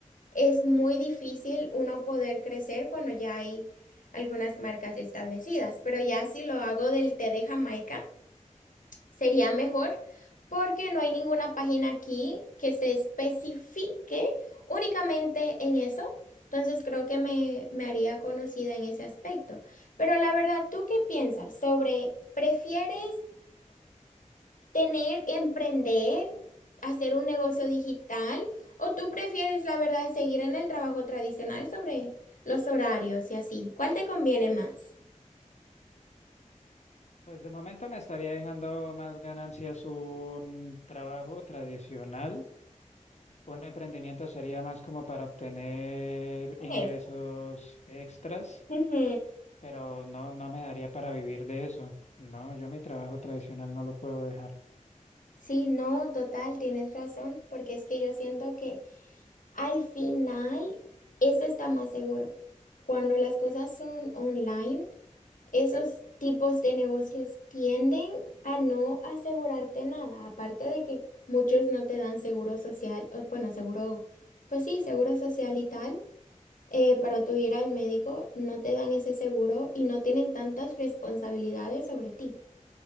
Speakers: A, on the left (about 85°); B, on the left (about 60°).
A: es muy difícil uno poder crecer cuando ya hay algunas marcas establecidas, pero ya si lo hago del té de Jamaica, sería mejor porque no hay ninguna página aquí que se especifique únicamente en eso. Entonces creo que me, me haría conocida en ese aspecto. Pero la verdad, ¿tú qué piensas sobre, prefieres tener, emprender, hacer un negocio digital, o tú prefieres, la verdad, seguir en el trabajo tradicional sobre los horarios y así. ¿Cuál te conviene más?
B: Pues de momento me estaría dejando más ganancias un trabajo tradicional. Un emprendimiento sería más como para obtener ingresos
A: Pues,
B: extras,
A: Ujú.
B: pero no, no me daría para vivir de eso. No, yo mi trabajo tradicional no lo puedo dejar.
A: Sí, no, total, tienes razón, porque es que yo siento que al final eso está más seguro. Cuando las cosas son online. esos tipos de negocios tienden a no asegurarte nada, aparte de que muchos no te dan seguro social, o bueno, seguro, pues sí, seguro social y tal, eh, para tu ir al médico, no te dan ese seguro y no tienen tantas responsabilidades sobre ti.